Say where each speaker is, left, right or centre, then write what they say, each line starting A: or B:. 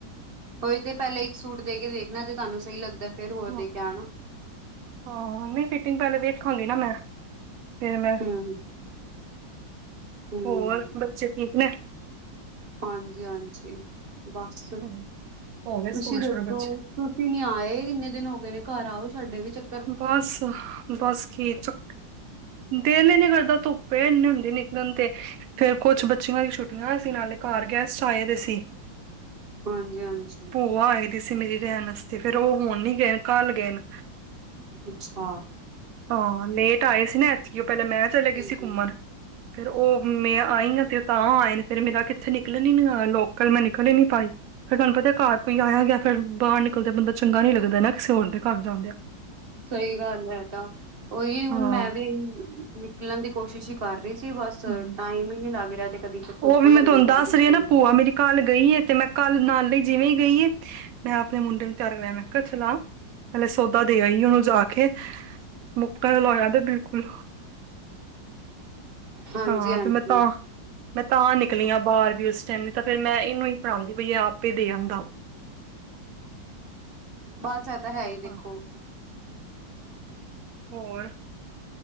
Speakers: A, on the right; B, on the right.
A: ਓਹੀ ਤੇ ਪਹਿਲਾਂ ਇਕ ਸੂਟ ਦੇ ਕੇ ਦੇਖਣਾ ਜੇ ਤੁਹਾਨੂੰ ਸਹੀ ਲੱਗਦਾ ਫੇਰ ਹੋਰ
B: ਹਾਂ
A: ਦੇ ਕੇ ਆਣਾ।
B: ਹਾਂ ਨਹੀ ਫਿਟਿੰਗ ਪਹਿਲੇ ਵੇਖਾਂਗੀ ਨਾ ਮੈ ਫਿਰ ਮੈ
A: ਹਮ ਹਮ
B: ਹੋਰ ਬੱਚੇ ਠੀਕ ਨੇ
A: ਹਾਂਜੀ ਹਾਂਜੀ ਬਸ
B: ਹੂੰ ਹੋ ਗਏ
A: ਤੁਸੀਂ
B: ਸਕੂਲ
A: ਦੱਸੋ
B: ਸ਼ੁਰੂ ਬੱਚੇ
A: ਤੁਸੀਂ ਨੀ ਆਏ, ਇੰਨੇ ਦਿਨ ਹੋ ਗਏ ਨੇ ਘਰ ਆਓ, ਸਾਡੇ ਵੀ ਚੱ
B: ਬੱਸ ਬਸ ਕੀ ਚੱ ਦਿਲ ਈਨੀ ਕਰਦਾ, ਧੁੱਪੇ ਐ ਇੰਨੇ ਹੁੰਦੀ ਨਿਕਲਣ ਤੇ। ਫੇਰ ਕੁਛ ਬੱਚਿਆਂ ਦੀ ਛੁੱਟੀਆਂ ਸੀ, ਨਾਲੇ ਘਰ ਗੈਸਟ ਆਏ ਦੇ ਸੀ।
A: ਹਾਂਜੀ-ਹਾਂਜੀ।
B: ਭੂਆ ਆਏ ਦੇ ਸੀ ਮੇਰੀ ਰਹਿਣ ਆਸਤੇ, ਫੇਰ ਉਹ ਹੁਣ ਨੀ ਗਏ ਕੱਲ ਗਏ ਨੇ।
A: ਅੱਛਾ।
B: ਹਾਂ, ਲੇਟ ਆਏ ਸੀ ਨਾ ਐਤਕੀ ਉਹ, ਪਹਿਲਾਂ ਮੈਂ ਚਲੇ ਗਏ
A: ਜੀ-ਜੀ,
B: ਸੀ ਘੁੰਮਣ। ਫਿਰ ਉਹ ਮੈਂ ਆਈ ਆ ਤੇ ਤਾਂ ਆਏ ਨੇ, ਫੇਰ ਮੇਰਾ ਕਿ ਥੇ ਨਿਕਲਣ ਹੀ ਨੀ ਹੋਇਆ, ਲੋਕਲ ਮੈਂ ਨਿਕਲ ਹੀ ਨੀ ਪਾਈ, ਫਿਰ ਤੁਹਾਨੂੰ ਪਤਾ ਘਰ ਰ ਕੋਈ ਆਇਆ ਗਿਆ, ਫੇਰ ਬਾਹਰ ਨਿਕਲਦੇ ਬੰਦਾ ਚੰਗਾ ਨੀ ਲੱਗਦਾ ਨਾ, ਕਿਸੇ ਹੋਰ ਦੇ ਘਰ ਜਾਂਦੇ ਆ।
A: ਸਹੀ ਗੱਲ ਐ ਇਹ ਤਾਂ, ਉਹੀ ਹੁਣ
B: ਹਾਂ
A: ਮੈਂ ਵੀ ਈ ਨਿਕਲਣ ਦੀ ਕੋਸ਼ਿਸ਼ ਹੀ ਕਰ ਰਹੀ ਸੀ, ਬਸ
B: ਹਮ।
A: ਟਾਈਮ ਹੀ ਨੀ ਲੱਗ ਰਿਹਾ ਤੇ ਕਦੀ ਧੂਪ
B: ਉਹ ਵੀ
A: ਹੋ ਜਾਂਦਾ
B: ਮੈਂ ਤੁਹਾਨੂੰ
A: ਤੇ
B: ਦੱਸ
A: ਕਦੀ ਕੁਛ
B: ਰਹੀ
A: ਹੋ
B: ਹਾਂ ਨਾ
A: ਜਾਂਦਾ।
B: ਭੂਆ ਮੇਰੀ ਕੱਲ ਗਈ ਐ ਤੇ ਮੈਂ ਕੱਲ ਨਾਲ ਲਈ ਜਿਵੇਂ ਹੀ ਗਈ ਐ ਮੈਂ ਆਪਣੇ ਮੁੰਡੇ ਨੂੰ ਤਿਆਰ ਕਰਾਇਆ, ਮੈਂ ਕਿਹਾ ਚਲਾ। ਪਹਿਲੇ ਸੌਦਾ ਦੇ ਆਈ ਉਹਨੂੰ ਜਾ ਕੇ, ਮੁੱਕਣ ਆਲਾ ਹੋਇਆ ਪਿਆ, ਬਿਲਕੁਲ।
A: ਹਾਂਜੀ
B: ਹਾਂ
A: ਹਾਂਜੀ।
B: ਫਿਰ ਮੈਂ ਤਾਂ ਮੈਂ ਤਾਂ ਨਿਕਲੀ ਆ ਬਾਹਰ, ਵੀ ਉਸ ਟਾਈਮ ਨਈ ਤਾਂ ਫੇਰ ਮੈਂ ਇਹਨੂੰ ਹੀ ਫੜਾਉਂਦੀ ਪਾਈ ਆ, ਆਪੇ ਦੇ ਆਦਾ।
A: ਬਸ ਇਹ ਤਾ ਹੈ ਹੀ ਦੇਖੋਂ।
B: ਹਾਂ, ਹੋਰ?